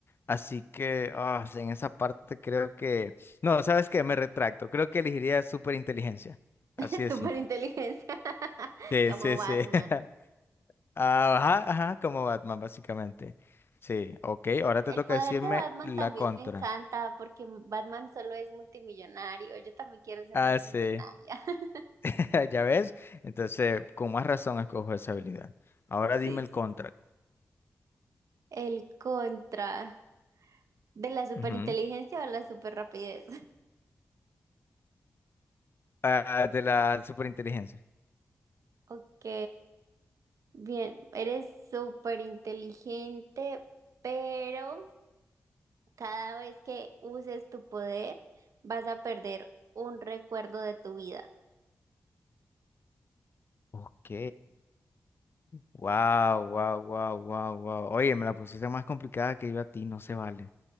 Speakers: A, on the left; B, on the right.
A: Así que ah, en esa parte creo que... No, ¿sabes qué? Me retracto. Creo que elegiría superinteligencia. Así
B: <laughs>
A: de
B: Super
A: simple.
B: inteligencia, <laughs>
A: Sí,
B: como
A: sí,
B: Batman.
A: sí. <laughs> Ah, Ajá, ajá, como Batman, básicamente. Sí, ok. Ahora te
B: El
A: toca
B: poder
A: decirme
B: de Batman
A: la
B: también
A: contra.
B: me encanta porque Batman solo es multimillonario. Yo también quiero ser
A: Ah,
B: multimillonaria.
A: sí.
B: <laughs>
A: <laughs> ¿Ya ves? Entonces, con más razón escojo esa habilidad. Ahora dime
B: Sí,
A: el
B: sí.
A: contra.
B: El contra de la superinteligencia
A: Ujú.
B: o la superrapidez.
A: ah, de la superinteligencia.
B: <laughs> Ok. Bien, eres súper inteligente, pero cada vez que uses tu poder vas a perder un recuerdo de tu vida.
A: Ok. Wow, wow, wow, wow, wow. Oye, me la pusiste más complicada que yo a ti, no se vale.